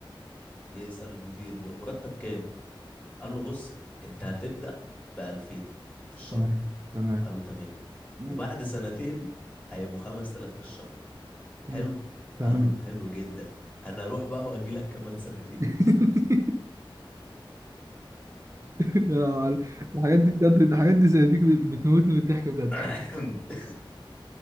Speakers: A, on the left; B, on the right.
A: بيسأل المدير هو المرتب كام قال له بص انت هتبدأ ب 2000 في الشهر
B: تمام تمام
A: قال له تمام
B: امم
A: وبعد سنتين هيبقوا 5000 في الشهر حلو
B: تمام تمام
A: قال له حلو جدا انا اروح بقى وهجي لك كمان سنتين
B: <laughs> لا يا معلم. الحاجات دي بجد الحاجات دي زي دي بتموتني من الضحك بجد
A: <coughs>